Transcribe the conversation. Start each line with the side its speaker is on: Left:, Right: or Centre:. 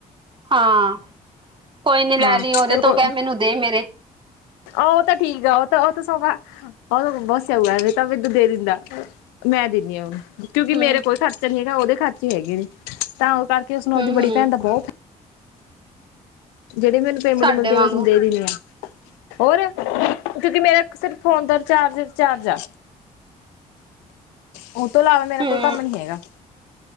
Right: ਹਾਂ, ਕੋਈ ਨੀ ਲੈ
Left: ਹਾਂ
Right: ਲਈ ਉਹਦੇ
Left: ਚੱਲ ਕੋ
Right: ਤੋਂ, ਕਹਿ ਮੈਨੂੰ ਦੇ ਮੇਰੇ।
Left: ਉਹ ਤੇ ਠੀਕ ਆ, ਉਹ ਤਾਂ ਉਹ ਤਾਂ ਸੋਂਕਾਂ ਉਹਨੂੰ ਬੱਸ ਆਊਗਾ ਤ ਮੈਨੂੰ ਤਾਂ ਦੇ ਦਿੰਦਾ, ਮੈਂ ਦਿੰਦੀ ਆਂ ਉਹਨੂੰ ਕਿਉਂਕਿ
Right: ਹਮ
Left: ਮੇਰੇ ਕੋਈ ਖਰਚਾ ਨੀ ਹੈਗਾ, ਉਹਦੇ ਖਰਚੇ ਹੈਗੇ ਨੇ, ਤਾਂ ਉਹ ਕਰਕੇ ਉਸਨੂੰ
Right: ਹਮ
Left: ਆਵਦੀ ਬੜੀ
Right: ਹਮ
Left: ਭੈਣ ਦਾ ਬਹੁ ਜਿਹੜੀ ਮੈਨੂੰ ਪੇਮੈਂਟ
Right: ਸਾਡੇ
Left: ਮਿਲਦੀ
Right: ਵਾਂਗੂ
Left: ਐ, ਮੈਂ ਉਸਨੂੰ ਦੇ ਦਿੰਨੀ ਆਂ। ਹੋਰ, ਕਿਉਂਕਿ ਮੇਰਾ ਸਿਰਫ ਫੋਨ ਦਾ ਰਿਚਾਰਜ-ਰਿਚਾਰਜ ਆ। ਉਹ ਤੋਂ ਇਲਾਵਾ ਮੇਰਾ
Right: ਹਮ
Left: ਕੋਈ ਕੰਮ ਨੀ ਹੈਗਾ।